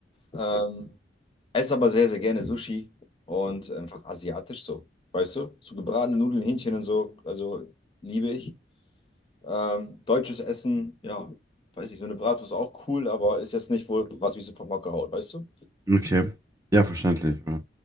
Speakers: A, on the left; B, on the right.
A: Ähm, esse aber sehr, sehr gerne Sushi und einfach asiatisch so. Weißt du? So gebratene Nudeln, Hähnchen und so, also liebe ich. Ähm, deutsches Essen, ja, weiß nicht, so eine Bratwurst ist auch cool, aber ist jetzt nicht wohl, was mich so vom Hocker haut, weißt du?
B: Okay. Ja, verständlich. ja.